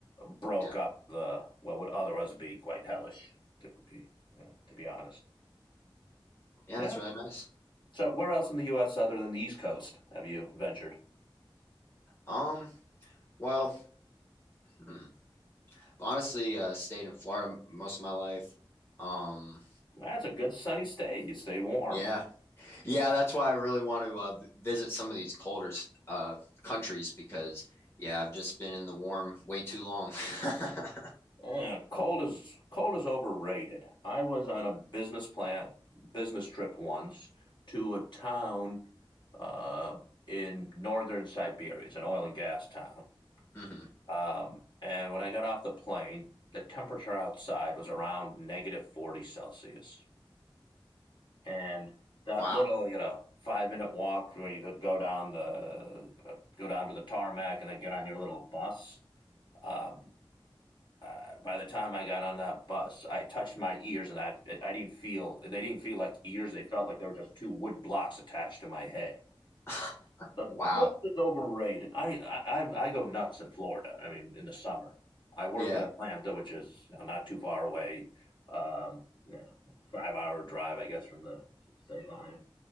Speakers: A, on the left (about 55°); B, on the left (about 25°).
A: broke
B: Yeah.
A: up the what would otherwise be quite hellish to be uh, to be honest.
B: Yeah,
A: Yeah.
B: that's really nice.
A: So where else in the U.S. other than the East Coast have you ventured?
B: Um, well, hmm, honestly, uh stayed in Florida m- most of my life. Um,
A: That's a good sunny stay. You stay warm.
B: yeah. Yeah, that's why I really want to uh, visit some of these colder uh, countries because, yeah, I've just been in the warm way too long. <laughs>
A: Yeah, cold is cold is overrated. I was on a business plan business trip once to a town uh, in northern Siberia. It's an oil and gas town.
B: hmm
A: Um, and when I got off the plane, the temperature outside was around negative 40 Celsius. and that
B: Wow.
A: little you know five minute walk where you go down the you know, go down to the tarmac and then get on your little bus um, uh, by the time i got on that bus i touched my ears and i i didn't feel they didn't feel like ears they felt like they were just two wood blocks attached to my head
B: <laughs>
A: the
B: Wow.
A: cold is overrated i i i I go nuts in florida i mean in the summer i worked
B: Yeah.
A: in atlanta which is not too far away um you know, five hour drive i guess from the state line